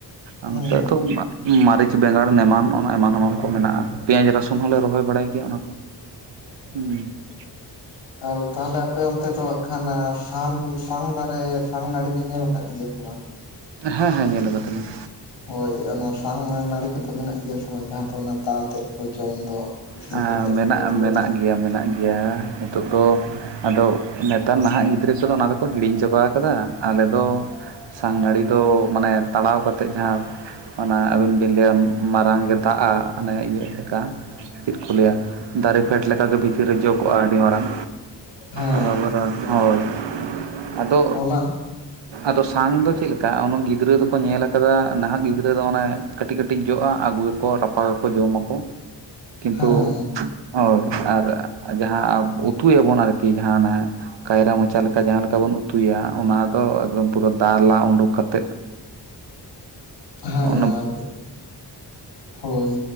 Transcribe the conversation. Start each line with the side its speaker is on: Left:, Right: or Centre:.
Right: ᱟᱨ
Left: ᱦᱮᱸ
Right: ᱱᱚᱛᱮ ᱛᱚ ᱢᱟ ᱢᱟᱨᱮ ᱪᱟ ᱵᱮᱸᱜᱟᱲ ᱱᱮᱢᱟᱱ ᱚᱱᱟ ᱮᱢᱟᱱ ᱮᱢᱟᱱ ᱠᱚ ᱢᱮᱱᱟᱜ-ᱟ ᱯᱮᱸᱭᱟᱡᱽ ᱨᱟᱥᱩᱱ ᱦᱚᱸ ᱞᱮ ᱨᱚᱦᱚᱭ ᱵᱟᱲᱟᱭ ᱜᱮᱭᱟ ᱚᱱᱟ ᱠᱚ᱾ ᱦᱩᱸ᱾
Left: <inaudible> ᱟᱨ ᱛᱟᱞᱮ ᱟᱯᱮ ᱚᱱᱛᱮ ᱫᱚ ᱦᱟᱸᱜ ᱠᱷᱟᱱ ᱥᱟᱱ ᱥᱟᱝ ᱫᱟᱨᱮ ᱥᱟᱝ ᱱᱟᱹᱲᱤ ᱵᱤᱱ ᱧᱮᱞ ᱠᱟᱫ ᱜᱮᱭᱟ ᱥᱮ ᱵᱟᱝ?
Right: ᱦᱮᱸ ᱦᱮᱸ ᱧᱮᱞ ᱠᱟᱫᱟᱞᱤᱧ᱾
Left: ᱦᱳᱭ ᱚᱱᱟ ᱥᱟᱝ ᱱᱟᱹᱲᱤ ᱠᱚᱫᱚ ᱢᱮᱱᱟᱜ ᱜᱮᱭᱟ ᱥᱮ ᱵᱟᱝ? ᱡᱟᱸᱦᱟ ᱫᱚ ᱚᱱᱟ ᱛᱟ ᱟᱛᱮᱫ ᱠᱚ ᱡᱚᱢ ᱫᱚ ᱤᱥᱤᱱ
Right: ᱮᱸ
Left: ᱠᱟᱛᱮᱫ
Right: ᱢᱮᱱᱟᱜ
Left: ᱩᱛᱩ
Right: ᱢᱮᱱᱟᱜ
Left: ᱠᱟᱛᱮᱫ᱾
Right: ᱜᱮᱭᱟ ᱢᱮᱱᱟᱜ ᱜᱮ ᱾ ᱜᱮᱭᱟ ᱦᱤᱛᱚᱜ ᱫᱚ ᱟᱫᱚ ᱱᱮᱛᱟᱨ ᱱᱟᱦᱟᱜ ᱜᱤᱫᱽᱨᱟᱹ ᱠᱚᱫᱚ ᱚᱱᱟ ᱫᱚᱠᱚ ᱦᱤᱲᱤᱧ ᱪᱟᱵᱟ ᱠᱟᱫᱟ᱾ ᱟᱞᱮ ᱫᱚ ᱥᱟᱝ ᱱᱟᱲᱤ ᱫᱚ ᱢᱟᱱᱮ ᱛᱟᱲᱟᱣ ᱠᱟᱛᱮᱫ ᱡᱟᱸᱦᱟ ᱚᱱᱟ ᱟᱹᱵᱤᱱ ᱵᱤᱱ ᱞᱟᱹᱭᱟ ᱢᱟᱨᱟᱝ ᱜᱮ ᱫᱟᱜᱼᱟ ᱟᱱᱮ ᱤᱭᱟᱹᱜ ᱞᱮᱠᱟ ᱪᱮᱫ ᱠᱚ ᱞᱟᱹᱭᱟ ᱫᱟᱨᱮ ᱯᱷᱮᱰ ᱞᱮᱠᱟ ᱜᱮ ᱵᱷᱤᱛᱤᱨ ᱨᱮ ᱡᱚ ᱠᱚᱜᱼᱟ ᱟᱹᱰᱤ ᱢᱟᱨᱟᱝ
Left: ᱦᱮᱸ
Right: ᱟᱫᱚ ᱦᱳᱭ ᱟᱫᱚ
Left: ᱚᱱᱟ
Right: ᱟᱫᱚ ᱥᱟᱝ ᱫᱚ ᱪᱮᱫ ᱞᱮᱠᱟ ᱚᱱᱟ ᱜᱤᱫᱽᱨᱟᱹ ᱫᱚᱠᱚ ᱧᱮᱞ ᱠᱟᱫᱟ ᱱᱟᱦᱟᱜ ᱜᱤᱫᱽᱨᱟᱹ ᱫᱚ ᱚᱱᱮ ᱠᱟᱹᱴᱤᱡ ᱠᱟᱹᱴᱤᱡ ᱡᱚᱜᱼᱟ᱾ ᱟᱹᱜᱩᱭᱟ ᱠᱚ ᱡᱚᱢᱟ ᱠᱚ ᱠᱤᱱᱛᱩ,
Left: ᱦᱮᱸ
Right: ᱦᱳᱭ ᱟᱨ ᱡᱟᱸᱦᱟ ᱩᱛᱩ ᱭᱟᱵᱚᱱ ᱟᱨᱠᱤ ᱡᱟᱸᱦᱟ ᱚᱱᱮ ᱠᱟᱭᱨᱟ ᱢᱚᱪᱟ ᱞᱮᱠᱟ ᱡᱟᱸᱦᱟ ᱞᱮᱠᱟ ᱵᱚᱱ ᱩᱛᱩᱭᱟ᱾ ᱚᱱᱟ ᱫᱚ ᱮᱠᱫᱚᱢ ᱯᱩᱨᱟᱹ ᱫᱟ ᱞᱟ ᱩᱰᱩᱠ ᱠᱟᱛᱮᱫ,
Left: ᱦᱮᱸ
Right: ᱚᱱᱟ
Left: ᱦᱳᱭ